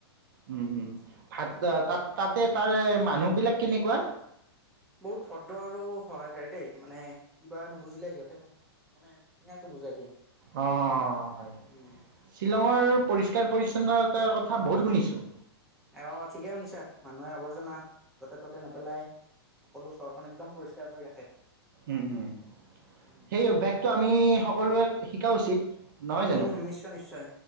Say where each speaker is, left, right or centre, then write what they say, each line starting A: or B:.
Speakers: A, on the right; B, in the centre.
A: উম-উম, ভাত তা'ত তা'তেই- তাৰে মানুহবিলাক কেনেকুৱা?
B: বহুত ভদ্ৰ আৰু সহায়কাৰী দেই, মানে কিবা নুবুজিলে সিহঁতে মানে ধুনীয়াকে বুজাই দিয়ে।
A: অঁ', -অঁহ', হয়।
B: উম।
A: শ্বিলংৰ পৰিষ্কাৰ-পৰিচ্ছন্নতাৰ কথা বহুত শুনিছো।
B: অ', -অ', ঠিকে শুনিছা, মানুহে আৱৰ্জনা য'তে-ত'তে নেপেলাই সকলো চহৰখন একদম পৰি- স্কাৰ কৰি ৰাখে।
A: উম-উম।
B: উম।
A: সেই অভ্যাসটো আমি সকলোৱে শিকা উচিত। নহয় জানো?
B: উমঁ, নিশ্চয়-নিশ্চয়,